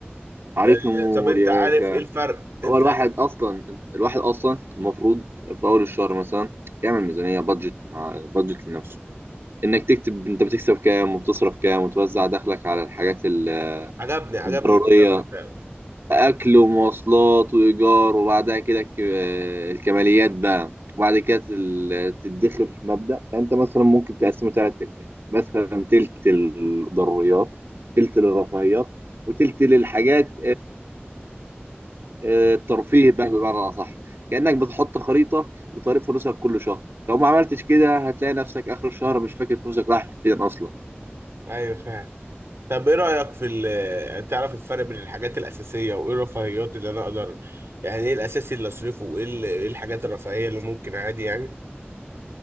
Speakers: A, on the right; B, on the right.
A: عليك
B: آه،
A: نور
B: طب انت
A: يا
B: عارف
A: باشا
B: ايه الفرق انت
A: هو الواحد
B: عارف
A: اصلا الواحد اصلا المفروض في اول الشهر مثلا يعمل ميزانيه بادجت مع بادجت لنفسه انك تكتب انت بتكسب كام وبتصرف كام وتوزع دخلك على الحاجات ال-
B: عجبني عجبني
A: الضروريه
B: الكلام ده فعلا
A: اكل ومواصلات وايجار وبعدها كده الك- الكماليات بقى وبعد كده تل- تدخر في مبدا انت مثلا ممكن تقسمه ثلاث تلتات مثلا تلت الضروريات تلت للرفاهيات وتلت للحاجات آه، الترفيه بقى بمعنى اصح كانك بتحط خريطه لطريق فلوسك كل شهر لو ما عملتش كده هتلاقي نفسك اخر الشهر مش فاكر فلوسك راحت فين اصلا
B: ايوه فاهم طب ايه رأيك في ال... تعرف الفرق بين الحاجات الأساسية وايه الرفاهيات اللي انا اقدر يعني ايه الأساسي اللي اصرفه وايه ال... ايه الحاجات الرفاهية اللي ممكن عادي يعني